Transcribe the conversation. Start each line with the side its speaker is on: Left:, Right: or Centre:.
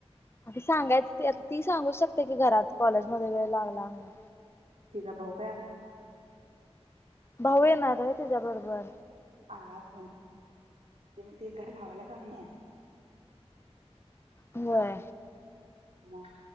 Left: अगं सांगायचं ती सांगू शकते की घरात, कॉलेज मध्ये वेळ लागला म्हणून.
Right: तिचा भाऊ
Left: भाऊ येणार आहे तिच्या बरोबर
Right: आलात पण, ते ते काय भावाला सांग ना.
Left: होय
Right: मग